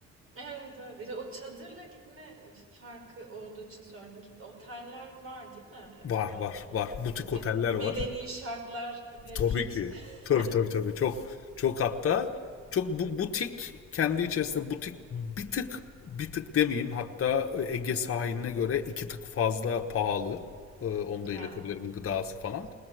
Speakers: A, on the right; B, on the left.
A: Evet, evet. İşte o çadırla gitme farkı olduğu için sordum. Git, oteller var değil mi? E,
B: Var
A: Böyle
B: var
A: hani
B: var. Butik
A: me-
B: oteller
A: medeni
B: var.
A: şartlar mevcut.
B: Tabii ki.
A: <laughs>
B: Tabii tabii tabii. Çok çok hatta çok bu butik kendi içerisinde butik bir tık bir tık demeyeyim hatta Ege sahiline göre iki tık fazla pahalı. Ee, onu da
A: Ha.
B: iletebilirim gıdası falan.